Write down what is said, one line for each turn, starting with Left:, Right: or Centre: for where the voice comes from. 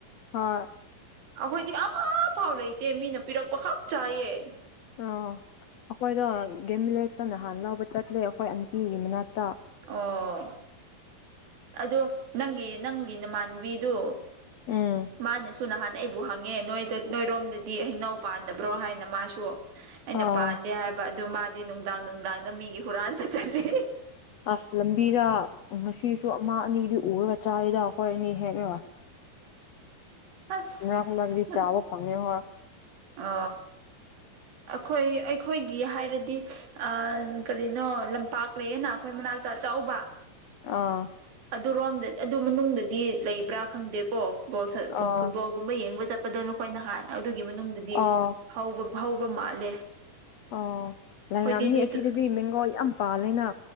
Left: ꯍꯥꯏ
Right: ꯑꯈꯣꯏꯗꯤ ꯑꯃꯐꯥꯎ ꯂꯩꯇꯦ ꯃꯤꯅ ꯄꯤꯔꯛꯄ ꯈꯛ ꯆꯥꯏꯌꯦ
Left: ꯑꯣ ꯑꯈꯣꯏꯗꯣ ꯒꯦꯝꯚꯤꯂꯦꯖꯇ ꯅꯍꯥꯟꯅ ꯂꯧꯕ ꯆꯠꯂꯦ ꯑꯈꯣꯏ ꯑꯟꯇꯤꯒꯤ ꯃꯅꯥꯛꯇ
Right: ꯑꯣ ꯑꯗꯣ ꯅꯪꯒꯤ ꯅꯪꯒꯤ ꯅꯃꯥꯟꯅꯕꯤꯗꯨ
Left: ꯎꯝ
Right: ꯃꯥꯅꯁꯨ ꯁꯨ ꯅꯍꯥꯟ ꯑꯩꯕꯨ ꯍꯪꯉꯦ ꯅꯣꯏꯗ ꯅꯣꯏꯔꯣꯝꯗꯗꯤ ꯍꯩꯅꯧ ꯄꯥꯟꯗꯥꯕ꯭ꯔꯣ ꯍꯥꯏꯅ ꯃꯥꯁꯨ ꯇꯨ ꯑꯩꯅ
Left: ꯑꯥ
Right: ꯄꯥꯟꯗꯦ ꯍꯥꯏꯕ ꯑꯗꯨ ꯃꯥꯗꯤ ꯅꯨꯡꯗꯥꯡ ꯅꯨꯡꯗꯥꯡꯗ ꯃꯤꯒꯤ ꯍꯨꯔꯥꯟꯕ ꯆꯠꯂꯦ
Left: ꯑꯁ ꯂꯝꯕꯤꯗ ꯉꯁꯤꯁꯨ ꯑꯃ ꯑꯅꯤꯗꯤ ꯎꯔꯒ ꯆꯥꯏꯌꯦꯗ ꯑꯩꯈꯣꯏ ꯑꯅꯤ ꯍꯦꯛꯂꯒ
Right: ꯑꯁ
Left: ꯃꯔꯛ ꯃꯔꯛꯇꯤ ꯆꯥꯕ ꯐꯥꯡꯉꯦ ꯍꯥ
Right: ꯑ ꯑꯈꯣꯏ ꯑꯩꯈꯣꯏꯒꯤ ꯍꯥꯏꯔꯗꯤ ꯑ ꯀꯔꯤꯅꯣ ꯂꯝꯄꯥꯛ ꯂꯩꯌꯦꯅ ꯑꯈꯣꯏ ꯃꯅꯥꯛꯇ ꯑꯆꯧꯕ
Left: ꯑꯥ
Right: ꯑꯗꯨꯔꯣꯝꯗ ꯑꯗꯨ ꯃꯅꯨꯡꯗꯗꯤ ꯂꯩꯕ꯭ꯔꯥ ꯈꯪꯗꯦꯀꯣ ꯐꯨꯠꯕꯣꯜ ꯁꯥ
Left: ꯑꯥ
Right: ꯐꯨꯠꯕꯣꯜ ꯒꯨꯝꯕ ꯌꯦꯡꯕ ꯆꯠꯄꯗꯣ ꯅꯈꯣꯏ ꯅꯍꯥꯟ ꯑꯗꯨꯒꯤ ꯃꯅꯨꯡꯗꯗꯤ
Left: ꯑꯥ
Right: ꯍꯧꯕ ꯍꯧꯕ ꯃꯥꯜꯂꯦ
Left: ꯑꯣ
Right: ꯑꯩꯈꯣꯏꯗꯤ
Left: ꯂꯩꯔꯝꯅꯤ ꯑꯁꯤꯗꯗꯤ
Right: ꯑꯗꯨ
Left: ꯃꯦꯡꯒꯣ ꯌꯥꯝ ꯄꯥꯜꯂꯦꯅ